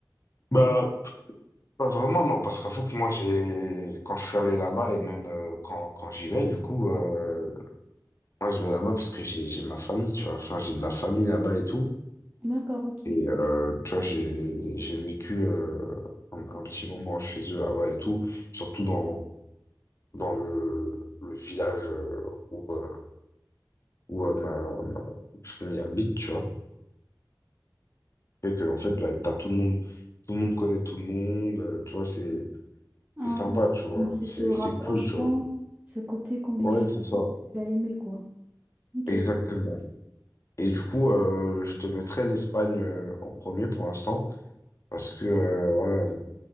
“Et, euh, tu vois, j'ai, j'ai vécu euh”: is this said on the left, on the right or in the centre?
Left